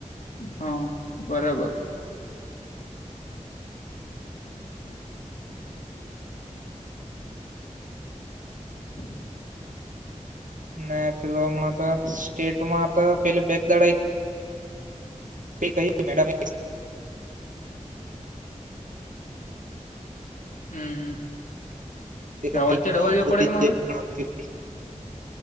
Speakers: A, on the left (about 80°); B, on the right (about 85°).
A: હા, બરાબર. હ.
B: ન, પેલો હમણાં તો સ્ટેટમાં તો પેલી બેક દાડા એ કહી, મેડમ?
A: હમ.
B: જાય
A: તો અવાજ તો ડબલ
B: પણ
A: જેવો પડે કે મારો
B: જે